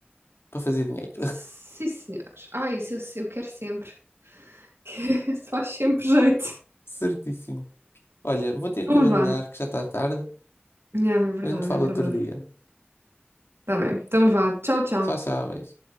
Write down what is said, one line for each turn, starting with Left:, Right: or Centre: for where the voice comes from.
Left: para fazer dinheiro.
Right: Sim, senhores. Ah, isso eu, eu quero sempre. <laughs> Que Isso faz sempre jeito.
Left: Certíssimo. Olha, vou ter
Right: Então
Left: que abandonar,
Right: vá.
Left: que já está tarde.
Right: Yeah, é
Left: A
Right: verdade,
Left: gente fala
Right: é
Left: outro
Right: verdade.
Left: dia.
Right: tá bem, então vá. Tchau, tchau.
Left: Tchau, tchau, beijo.